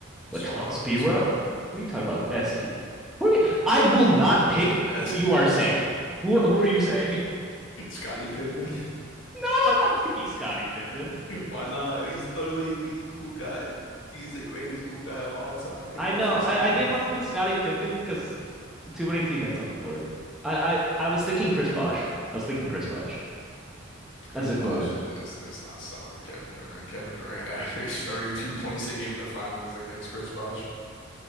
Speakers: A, on the left; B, in the centre.
A: It's
B: Latrell
A: so obvious,
B: Sprewell?
A: man. <laughs>
B: Who are you talking about? SP. Who are you- I will not pick
A: As
B: who
A: <laughs>
B: you are saying. Who who are you saying?
A: Scottie Pippen.
B: No, I'm not picking Scottie Pippen.
A: <laughs> Why not? He's literally the glue guy. He's the greatest glue guy of all time. He's
B: I
A: also
B: know.
A: a second
B: I, I didn't
A: option.
B: want to pick Scottie Pippen because too many teammates on the board. I, I, I was thinking Chris Bosh. I was thinking Chris Bosh
A: Chris
B: as a
A: Bosh
B: glue guy.
A: is not, It's not stopping Kevin Durant. Kevin Durant <laughs> averaged 32 points a game in the finals against Chris Bosh.